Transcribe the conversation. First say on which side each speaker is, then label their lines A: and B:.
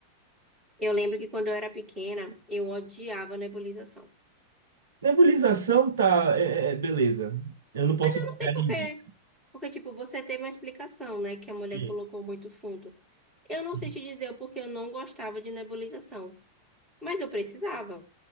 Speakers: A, on the right; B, on the right.
A: Eu lembro que quando eu era pequena, eu odiava nebulização.
B: Nebulização tá, é, é, é, beleza. Eu não posso
A: Mas eu
B: julgar
A: não sei por
B: ninguém.
A: quê. Porque, tipo, você teve uma explicação, né? Que a
B: Sim,
A: mulher colocou muito fundo. Eu
B: sim.
A: não sei te dizer o porquê eu não gostava de nebulização. Mas eu precisava.